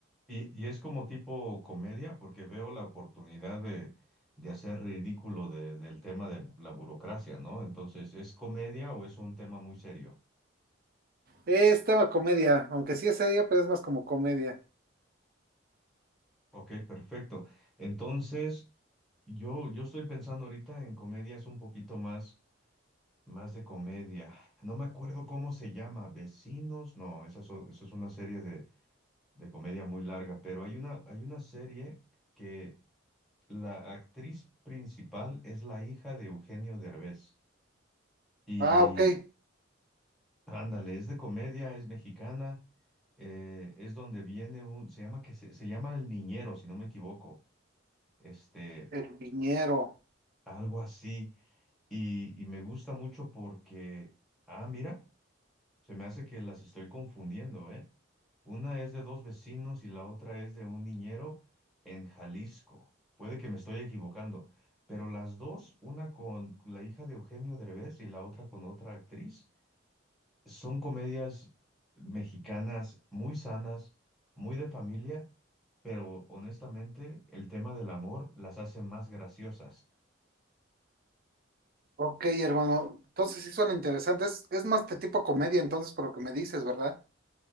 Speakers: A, in the centre; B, on the right.
A: Y, y es como tipo comedia, porque veo la oportunidad de, de hacer ridículo de- del tema de la burocracia, ¿no? Entonces, ¿es comedia o es un tema muy serio?
B: Es tema comedia, aunque sí es seria, pero es más como comedia.
A: Ok, perfecto. Entonces, yo, yo estoy pensando ahorita en comedias un poquito más, más de comedia. No me acuerdo cómo se llama, Vecinos, no, esa es, o- esa es una serie de, de comedia muy larga, pero hay una, hay una serie que la actriz principal es la hija de Eugenio Derbez. Y
B: Ah, ok,
A: ándale, es de comedia, es mexicana, eh, es donde viene un, se llama que se, se llama El Niñero, si no me equivoco, este,
B: el viñero.
A: algo así. Y, y me gusta mucho porque, ah, mira, se me hace que las estoy confundiendo, ¿eh? Una es de dos vecinos y la otra es de un niñero en Jalisco. Puede que me estoy equivocando, pero las dos, una con la hija de Eugenio Derbez y la otra con otra actriz. Son comedias mexicanas muy sanas, muy de familia, pero honestamente el tema del amor las hace más graciosas.
B: Ok, hermano. Entonces sí suena interesante. Es, es más de tipo comedia, entonces, por lo que me dices, ¿verdad?